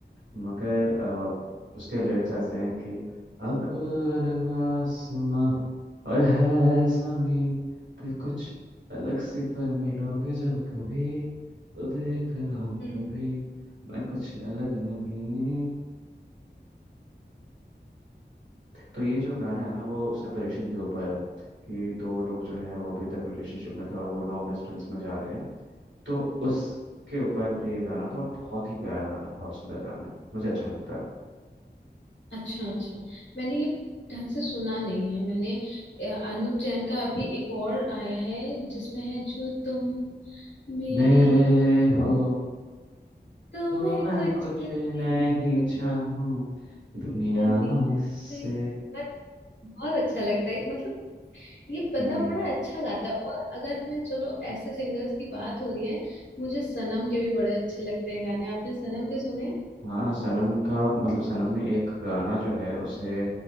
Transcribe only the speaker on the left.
हम्म
अच्छा अच्छा मैंने ये ढंग से सुना नहीं है मैंने अ, अनूप जैन का अभी एक और आया है जिसमें है जो तुम मेरे
तो
मैं
कुछ
नहीं
मांगू
दुनिया
से बहुत बहुत अच्छा लगता है मतलब ये बंदा
बड़ा अच्छा गाता है और अगर मैं चलो ऐसे सिंगर्स की बात हो रही है मुझे सनम के भी बड़े अच्छे लगते हैं गाने आपने सनम के सुने